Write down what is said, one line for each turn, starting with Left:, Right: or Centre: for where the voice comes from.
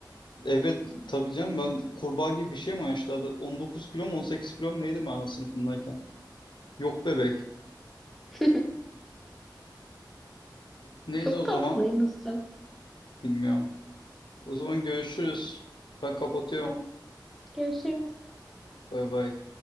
Left: Evet tabii canım ben kurbağa gibi bir şey mi yaşlarda 19 kilo mu 18 kilo mu neydi ben sınıfındayken? Yok bebek.
Centre: <laughs>
Left: Neyse
Centre: Çok
Left: o
Centre: tatlıymışsın.
Left: zaman bilmiyorum. O zaman görüşürüz. Ben kapatıyorum.
Centre: Hadi görüşürüz.
Left: Bay bay.